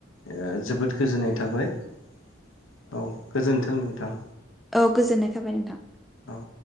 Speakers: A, on the left; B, in the centre.
A: ओ जोबोद गोजोननाय थाबाय। औ गोजोन्थों नोंथां।
B: औ गोजोननाय थाबाय नोंथां।
A: औ।